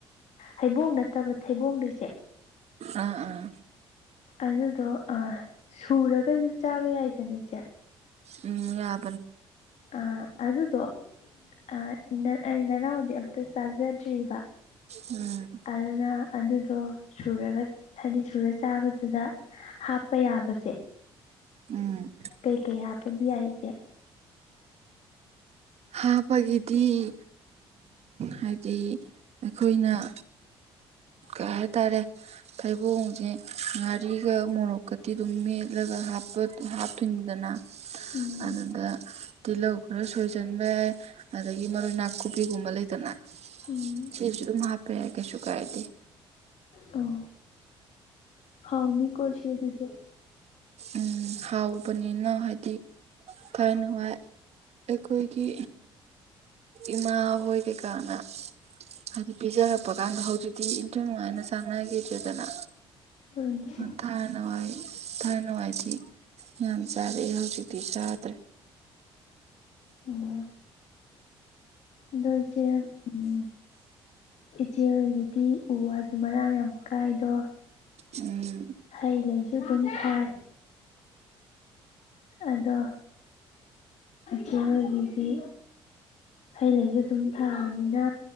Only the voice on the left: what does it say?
ꯍꯩꯕꯣꯡ ꯅꯠꯇꯕ ꯊꯩꯕꯣꯡꯗꯣꯏꯁꯦ
ꯑꯗꯨꯗꯣ ꯁꯨꯔꯒꯁꯨ ꯆꯥꯕ ꯌꯥꯏꯗꯅ ꯏꯆꯦ
ꯑ ꯑꯗꯨꯗꯣ ꯑ ꯏ ꯏ ꯅꯅꯥꯎꯗꯤ ꯑꯛꯇ ꯆꯥꯖꯗ꯭ꯔꯤꯕ
ꯑꯗꯨꯅ ꯑꯗꯨꯗꯣ ꯁꯨꯔꯒ ꯍꯥꯏꯗꯤ ꯁꯨꯔ ꯆꯥꯕꯗꯨꯗ ꯍꯥꯞꯄ ꯌꯥꯕꯁꯦ
ꯀꯩ ꯀꯩ ꯍꯥꯗꯤ ꯌꯥꯏꯁꯦ
<inaudible>
ꯎꯝ
ꯎꯝ
ꯑꯣ ꯍꯥꯎꯥꯎꯅꯤ ꯀꯣꯁꯤꯦ ꯑꯗꯨꯗꯤ
ꯊꯣꯏꯅꯤꯁꯦ
ꯑꯣꯝ ꯑꯗꯥꯅ ꯏꯆ‌ꯦ ꯎꯝ ꯏꯆ‌ꯦꯍꯥꯏꯒ ꯇꯤ ꯎ ꯋꯥꯁꯨ ꯃꯔꯥꯡ ꯌꯥꯝ ꯀꯥꯏꯗꯣ
ꯍꯩ ꯂꯩꯁꯨ ꯑꯗꯨꯝ ꯊꯥꯏ ꯑꯗꯣ ꯆꯣꯏꯍꯥꯏꯒꯤꯗꯤ ꯍꯩ ꯂꯩꯁꯨ ꯑꯗꯨꯝ ꯊꯥꯕꯅꯤꯅ